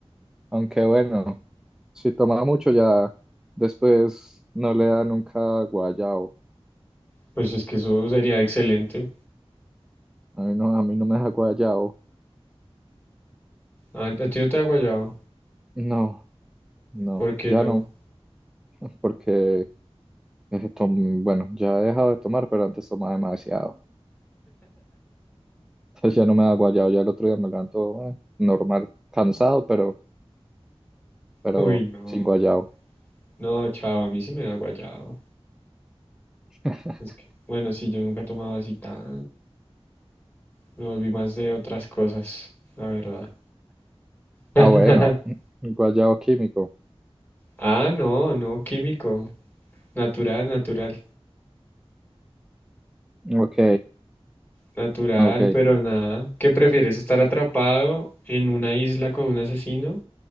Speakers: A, in the centre; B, on the left (about 15°).
A: Aunque bueno, si toma mucho ya después no le da nunca guayao.
B: Pues es que eso sería excelente.
A: A mí no, a mí no me da guayao.
B: A, a ti no te da guayado.
A: No, no,
B: ¿Por qué
A: ya
B: no?
A: no, porque eh, tom- bueno, ya he dejado de tomar, pero antes tomaba demasiado. Entonces ya no me da guayao, ya el otro día me levanto eh, normal, cansado, pero, pero
B: Uy, no.
A: sin guayao.
B: No, chao, a mí sí me da guayado.
A: <laughs>
B: Es que, bueno, sí, yo nunca tomaba así tanto. Me volví más de otras cosas, la verdad. <laughs>
A: Ah, bueno, <laughs> guayabo químico.
B: Ah, no, no, químico. Natural, natural.
A: Ok,
B: Natural,
A: ok.
B: pero nada. ¿Qué prefieres, estar atrapado en una isla con un asesino